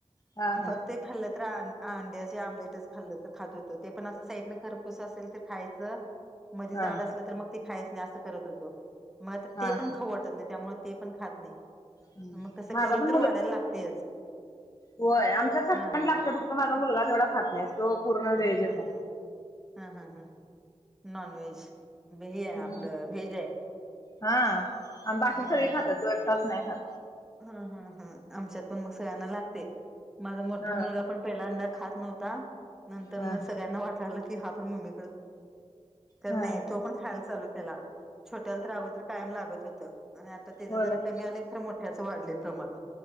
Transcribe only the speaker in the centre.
फक्त. खाल्लं तर अंड्या आमलेटच खाल्लं तर खात होतं ते पण असं साईडन खरपूस असेल तर खायचं. मध
जाड असलं तर मग ते खायच नाही असं करत होतो मग आता ते
पण खवडटत नाही त्यामुळे. ते पण खात नाही.
मग कसं
करून तर वाढायला लागतेच.
हा हा
हा हा हा हा हा हा नॉन वहेज. भि आहे
आपलं भिज आहे
हम् हम्.
हा हा हा आमच्यात पण मग सगळ्यांना लागते माझा मोठा
मुलगा पण. पहिल्यांदा खात नव्हता नंतर
न सगळ्यांना वाटलं की हा पण मम्मी.
नाही तो पण. खाल चालू केला छोट्याला तर अगोदर कायम लागत होत आणि आता त्याच
जरा
कमी आलं खर मोठ. त्याच वाढले प्रमाण